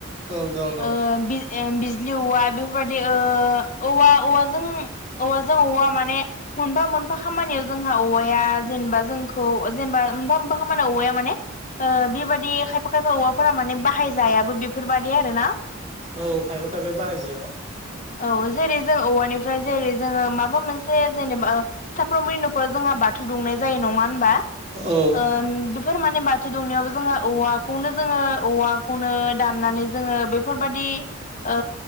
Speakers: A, on the right; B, on the left.
A: औ दं दं
B: ओ बिज बिजलि औवा बेफोरबायदि ओ औवा औवाजों औवाजों औवा माने मोनफा मोनफा खामानियाव जोंहा औवाया जेनेबा जों खौ जेनेबा मोनफा मोनफा खामानियाव औवाया माने ओ बेबायदि खा यफा खायफा औवाफोरा माने बाहायजायाबो बेफोरबायदि आरो ना।
A: औ खायफा खायफाया बाहायजाया
B: औ जेरै जों औवानिफ्राय जेरै जोङो माबा मोनसे जेनेबा साफ्रोमबोनि न'खराव जोंहा बाथौ दुंनाय जायो नङा होमबा
A: औ
B: ओ बेफोर माने बाथौ दुंनायावबो जोंहा औवाखौनो जोङो औवाखौनो दाननानै जोङो बेफोरबायदि ओ